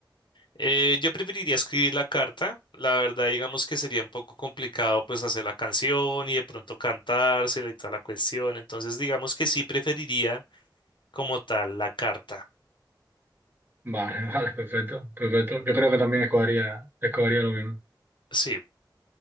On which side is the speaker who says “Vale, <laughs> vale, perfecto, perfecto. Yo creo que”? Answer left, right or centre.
Right